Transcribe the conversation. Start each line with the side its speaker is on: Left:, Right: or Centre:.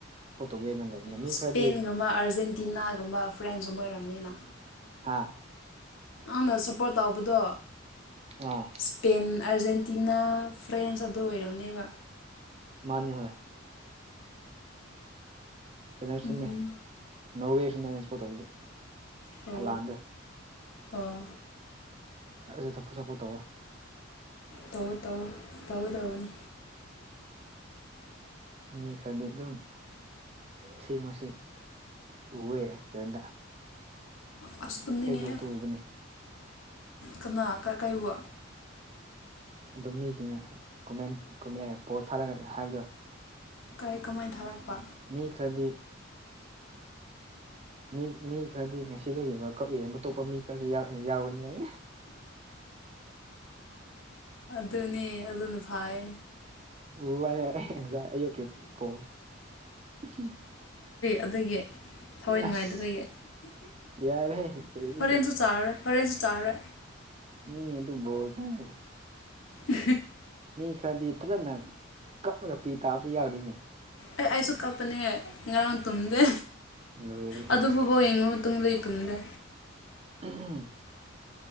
Right: ꯇꯧꯒꯦꯅ ꯂꯩꯕꯅꯦ ꯃꯤ
Left: ꯏꯁꯄꯦꯟꯒꯨꯝꯕ
Right: ꯈꯔꯗꯤ
Left: ꯑꯥꯔꯖꯦꯟꯇꯤꯅꯥꯒꯨꯝꯕ ꯐ꯭ꯔꯥꯟꯁꯀꯨꯝꯕ ꯑꯣꯏꯔꯕꯅꯤꯅ
Right: ꯍꯥꯥ
Left: ꯑꯪꯅ ꯁꯞꯄꯣꯔꯠ ꯇꯧꯕꯗꯣ
Right: ꯑꯥ
Left: ꯏꯁꯄꯦꯟ ꯑꯥꯔꯖꯦꯟꯇꯤꯅꯥ ꯐ꯭ꯔꯦꯟꯁ ꯑꯗꯨ ꯑꯣꯏꯔꯝꯅꯦꯕ
Right: ꯃꯥꯅꯤ ꯍꯣꯏ ꯀꯩꯅꯣ ꯁꯨꯝꯅꯤ
Left: ꯎꯝ
Right: ꯅꯧꯋꯦ ꯁꯅꯦ ꯅꯁꯄꯣ ꯇꯧꯕꯗꯤ
Left: ꯑꯣ
Right: ꯍꯜꯂꯛꯑꯥꯟꯗ
Left: ꯑꯣ
Right: ꯑꯗꯨ ꯊꯐ ꯁꯐꯨ ꯇꯧꯋꯦ
Left: ꯇꯧ ꯇꯧ ꯇꯧꯗꯧꯅꯤ
Right: ꯃꯤ ꯈꯔꯗꯤ ꯑꯗꯨꯝ ꯁꯤꯁꯤ ꯎꯕꯦ ꯀꯔꯗ
Left: ꯑꯁ ꯇꯨꯝꯅꯤꯡꯉꯦꯍꯦ
Right: ꯐꯦꯁꯕꯨꯛꯇ ꯎꯕꯅꯦ
Left: ꯀꯅꯥ ꯀꯕꯨ
Right: ꯑꯗꯨ ꯃꯤꯁꯤꯡꯅ ꯀꯃꯦꯟ ꯀ ꯄꯣꯁ ꯊꯥꯔ ꯍꯥꯏꯕꯗꯣ
Left: ꯀꯩ ꯀꯃꯣꯏ ꯊꯔꯥꯛꯄ
Right: ꯃꯤ ꯈꯔꯗꯤ ꯃꯤ ꯃꯤ ꯈꯔꯗꯤ ꯉꯁꯤꯗꯒꯤ ꯀꯛ ꯌꯦ ꯑꯇꯣꯞꯄ ꯃꯤ ꯈꯔꯁꯨ ꯌꯥꯔ ꯌꯥꯎꯒꯅꯤ ꯍꯥꯏ
Left: ꯑꯗꯨꯅꯤ ꯑꯗꯨꯅ ꯐꯥꯏ
Right: ꯎ ꯋꯥꯅꯦ ꯑꯩ ꯉꯁꯥꯏ ꯑꯌꯨꯛꯀꯤ ꯄꯣ <unintelligible>
Left: ꯑꯗꯒꯤ ꯊꯋꯥꯏ ꯅꯨꯡꯉꯥꯏꯗꯨꯗꯒꯤ
Right: ꯑꯁ ꯌꯥꯔꯦꯍꯦ ꯀꯔꯤꯅꯣꯗ
Left: ꯍꯣꯔꯦꯟꯁꯨ ꯆꯥꯔꯔꯣꯏ ꯐꯔꯦꯁꯨ ꯆꯥꯔꯦ
Right: ꯃꯤꯗꯨ ꯣ ꯀꯦꯕ
Left: ꯎ
Right: ꯃꯤ ꯈꯔꯗꯤ ꯐꯖꯅ ꯀꯞꯂꯒ ꯄꯤ ꯇꯥꯕꯁꯨ ꯌꯥꯎꯔꯤꯅꯦ
Left: ꯑꯦ ꯑꯩꯁꯨ ꯀꯞꯄꯅꯦ ꯉꯔꯥꯡ ꯇꯨꯝꯗꯦ
Right: ꯂꯣꯏꯔꯦꯍꯦ
Left: ꯑꯗꯨ ꯐꯥꯎꯕꯧ ꯌꯦꯡꯉꯨ ꯇꯨꯡꯂꯣꯏ ꯇꯨꯡꯗ
Right: ꯎꯝ